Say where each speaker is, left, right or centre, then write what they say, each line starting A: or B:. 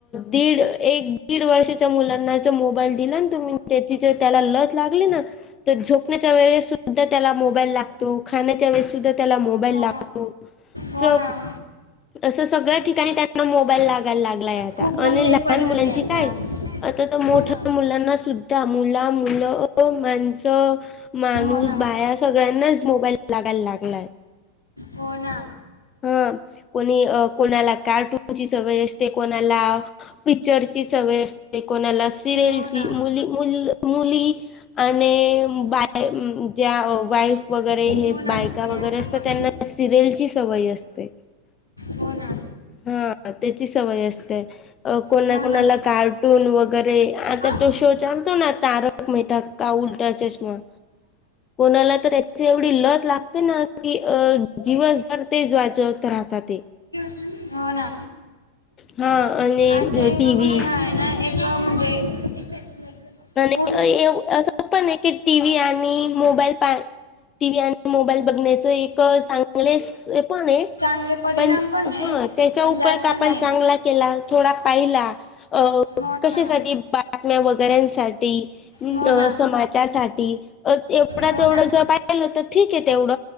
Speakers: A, on the left (about 25°); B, on the left (about 85°).
A: दीड, एक दीड वर्षाच्या मुलांना च मोब काल दिला ना तुम्ही त्याची जर त्याला लत लागली ना तर झोपणे. त्या वेळस सु सुद्धा त्याला मोबाईल लागतो खाण्याच्या वेळेस सुद्धा त्याला मोबाईल
B: हो
A: लागतो
B: हो
A: च
B: ना
A: असं सगळ्या ठिकाणी त्यानी. अन मोबाईल लागायला लागलाय आता
B: खूप
A: आणि
B: गंभीर
A: लहान
B: परिणाम
A: मुलांची
B: याचा
A: काय आता तर मोठ्या
B: हो ना
A: मुलांना सुद्धा मुला मुलं तो माणसं माणूस
B: हो ना
A: बाया सगळ्यांनाच मोबाईल लागायला लागलाय.
B: हो ना
A: ह कोणी कोणाला कार्टूनची सवय असते कोणाला पिक्चरची सवय असते कोणाला सिरियलची
B: हो ना
A: मुली मुली आणि बाय बा बा ज्या वाईस. वगैरे हे
B: हो ना
A: बायका
B: स्त्रियांना
A: वगैरे असत
B: पण
A: त्यांना सिरियल ची सवय असते. ते
B: हो ना
A: हा. आत. त्याची सवय असते कोणा
B: हो
A: कोणाला
B: ना
A: कार्टून वगैरे आता
B: हं?
A: तो शो चालतो ना तार. तारक मेहता का उलटा चष्म कोणाला तर त्याची एवढी लत लागते ना की अ दिवसभर तेच वाच चत राहतात ते
B: हो ना.
A: हा आणि
B: आजच्या युगामध्ये
A: टीव्ही
B: हा आहे ना एक क म्हणजे लग्न तुम
A: अ ऐऊ असं पण आहे की टी व्ही आणि मोबाईल पाहू. टी व्ही आणि मोबाईल. बघण्याच एक सांग. पुलिस. तसपण ये
B: चांगले परिणाम
A: पण
B: आहे
A: हा त्याचा
B: पण
A: उपाय
B: जास्त
A: आपण
B: नाही
A: चांगला केला थोडा पाहिला अ
B: हो
A: कशासाठी
B: ना
A: बातम्या बघतो. करेन. साठी
B: हो ना
A: समाजासाठी एवढतेवढ
B: हो ना
A: जर पाहिलं तर ठीक आहे तेवढ